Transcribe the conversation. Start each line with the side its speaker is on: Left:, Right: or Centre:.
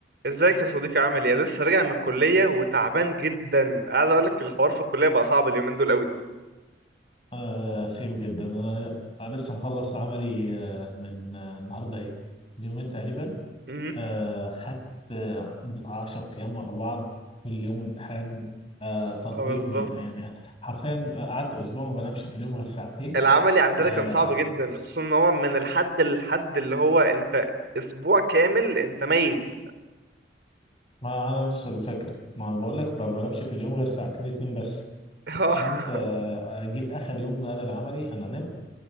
Right: ازيك يا صديقي عامل ايه أنا لسه راجع من الكليه وتعبان جدا عايز اقول لك الحوار في الكليه بقى صعب اليومين دول قوي
Left: آه سيم جدا انا أنا لسه مخلص عملي آه من آه النهارده ايه من يومين تقريبا
Right: امم
Left: آه خدت آه بتاع 10 ايام ورا بعض كل يوم امتحان آه تطبيق
Right: اه بالظبط
Left: من يعني حرفيا قعدت اسبوع ما بنامش في اليوم غير ساعتين
Right: العملي عندنا
Left: آه
Right: كان صعب جدا خصوصا ان هو من الحد للحد اللي هو انت اسبوع كامل انت ميت
Left: ما انا نفس الفكره ما بقول لك ما بنامش في اليوم غير ساعتين اتنين بس
Right: اه
Left: فقمت آه، آه، جيت اخر يوم بهدر العملي انا نمت